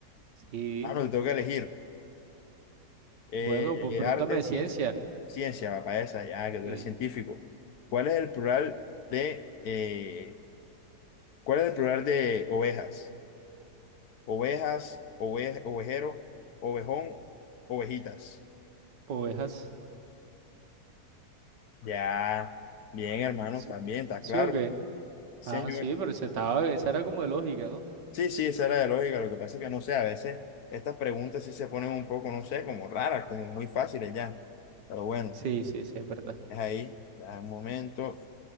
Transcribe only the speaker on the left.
Ah, no, te tengo que elegir. Eh,
eh,
arte,
ciencia.
Ciencia, papá, esa, ya, que tú
eres científico. ¿Cuál es el plural de, eh, cuál es el plural de ovejas? Ovejas, ove- ovejero, ovejón, ovejitas.
Ya, bien, hermano,
también, está
claro.
Señor.
Sí, sí, esa era de lógica. Lo que pasa es que no sé, a veces estas preguntas sí se ponen un poco, no sé, como raras, como muy fáciles ya. Pero bueno.
Es ahí, da un momento